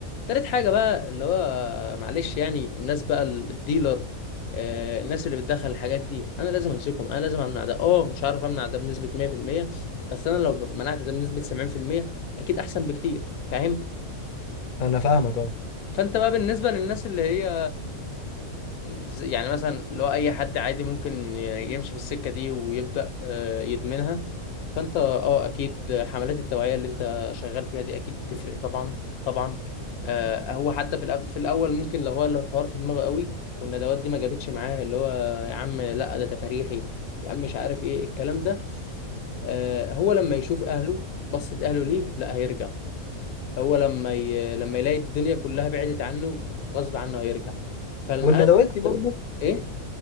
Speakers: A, on the left; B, on the left.
A: تالت حاجة بقى اللي هو معلش يعني الناس بقى الديلر آه، الناس اللي بتدخل الحاجات دي انا لازم امسكهم انا لازم امنع ده اه مش عارف امنع ده بنسبة 100% بس انا لو منعت ده بنسبة 70% اكيد احسن بكتير فاهم
B: انا فاهمك اه
A: فانت بقى بالنسبه للناس اللي هي ز- يعني مثلا اللي هو اي حد عادي ممكن ي- يمشي في السكه دي ويبدا آه، يدمنها فانت اه اكيد حملات التوعيه اللي انت شغال فيها دي اكيد تفرق طبعا طبعا آه، هو حتى في الأب- في الاول ممكن لو هو لو الحوار في دماغه قوي والندوات دي ما جابتش معاه اللي هو يا عم لا ده تفاريحي يا عم مش عارف ايه الكلام ده آه، هو لما يشوف اهله بصت اهله ليه لا هيرجع هو لما ي... لما يلاقي الدنيا كلها بعدت عنه غصب عنه هيرجع فانا
B: والندوات دي برضو
A: ايه